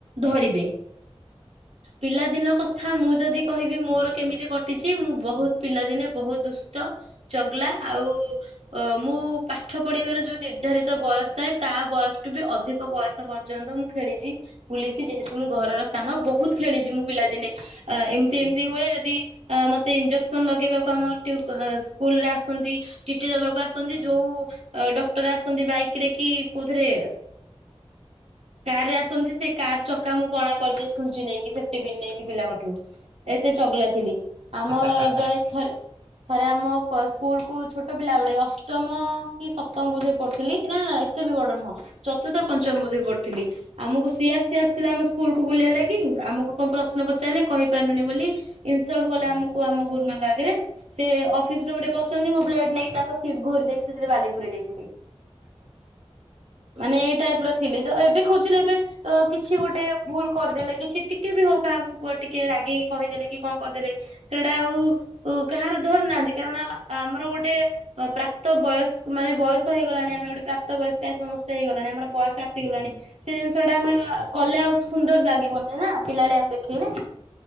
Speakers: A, on the right; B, on the right.
A: ଧରିବେ ପିଲାଦିନ କଥା ମୁଁ ଯଦି କହିବି ମୋର କେମିତି କଟିଛି ମୁଁ ବହୁତ ପିଲାଦିନେ ବହୁତ ଦୁଷ୍ଟ ଚଗଲା ଆଉ ମୁଁ ପାଠ ପଢିବାର ଯୋଉ ନିର୍ଦ୍ଧାରିତ ବୟସ ଥାଏ ତା ବୟସଠୁ ବି ଅଧିକ ବୟସ ପର୍ଯ୍ୟନ୍ତ ମୁଁ ଖେଳିଛି। ବୁଲିଛି ଯେହେତୁ ମୁଁ ଘରର ସ୍ଥାନ ବହୁତ ଖେଳିଛି ମୁଁ ପିଲାଦିନେ। ଏମିତି ଏମିତି ହୁଏ ଯଦି ମତେ ଇନ୍ଞ୍ଜେକ୍ସନ ଲଗେଇବାକୁ ଆମର ସ୍କୁଲରେ ଆସନ୍ତି ଟିଟି ଦବାକୁ ଆସନ୍ତି ଯୋଉ ଡକ୍ଟର ଆସନ୍ତି ବାଇକ୍ ରେ କି କୋଉଥିରେ କାର ରେ ଆସନ୍ତି ସେ କାର ଚକା ମୁଁ କଣା କରିଦିଏ ଛୁଞ୍ଚି ନେଇକି ସେପଟିପିନ୍ ନେଇକି ପିଲାଙ୍କଠୁ ଏତେ ଚଗଲା ଥିଲି।
B: ହଁ।
A: ଆମ ଜଣେ ଥରେ ଥରେ ଆମ ସ୍କୁଲ କୁ ଛୋଟ ପିଲା ବେଳେ ଅଷ୍ଟମ କି ସପ୍ତମ ବୋଧ ପଢୁଥିଲି। ନା ଏତେ ବି ବଡ ନୁହଁ ଚତୁର୍ଥ ପଞ୍ଚମ ବୋଧେ ପଢୁଥିଲି ଆମକୁ ସିଆର୍ସି ଆସିଥିଲା ଆମ ସ୍କୁଲକୁୁ ବୁଲିବା ଲାଗି ଆମକୁ କଣ ପ୍ରଶ୍ନ ପଚାରିଲେ କହିପାରିଲୁନି ବୋଲି ଇନସଲଟ କଲେ ଆମକୁ ଆମ ଗୁରୁମାଙ୍କ ଆଗରେ ସେ ଅଫିସ ରୁମରେ ବସଛନ୍ତି ମୁଁ ବ୍ଲେଡ ନେଇକି ତାଙ୍କ ସିଟ ଘୋରି ଦେଇକି ସେଥିରେ ବାଲିପୁରେଇଦେଇଥିଲି। ମାନେ ଏଇ ଟାଇପ ର ଥିଲି ତ ଏବେ ଖୋଜିଲେ ଏବେ କିଛି ଗୋଟେ ଭୁଲ କରିଦେଲେ କିଛି ଟିକେ ବି ହଉ କାହାକୁ ଟିକେ ରାଗେଇିକି କହିଦେଲେ କି କଣ କରିଦେଲେ ସେଇଟା ଆଉ କାହାର ଧରୁ ନାହାନ୍ତି କାରଣ ଆମର ଗୋଟେ ପ୍ରାପ୍ତ ବୟସ ମାନେ ବୟସ ହେଇଗଲାଣି ଆମେ ଗୋଟେ ପ୍ରାପ୍ତ ବୟସ୍କ ପ୍ରାଏ ସମସ୍ତ ହେଇଗଣି ଆମର ବୟସ ଆସିଗଲାଣି
B: ହୁଁ ହୁଁ,
A: ସେ ଜିନିଷ ଟା ଆମେ କଲେ ଆଉ ସୁନ୍ଦର ଲାଗିବନି ନା ପିଲାଳିଆମି ଦେଖେଇଲେ